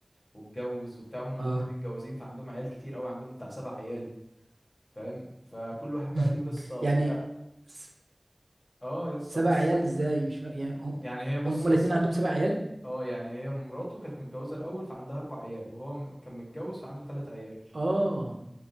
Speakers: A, on the left (about 60°); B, on the right (about 80°).
A: واتجوز وبتاع هما
B: اه
A: الاتنين متجوزين فعندهم عيال كتير قوي عندهم بتاع سبع عيال فاهم فكل واحد بقى ليه
B: <laughs>
A: قصه وبتاع
B: يعني س...
A: اه يا اسطى
B: سبع
A: بس
B: عيال ازاي مش فا- يعني هم
A: يعني هي بص
B: هم
A: يا
B: الاتنين
A: اسطى
B: عندهم سبع عيال
A: اه يعني هي مراته كانت متجوزة الأول فعندها أربع عيال وهو م- كان متجوز فعنده تلات عيال
B: اه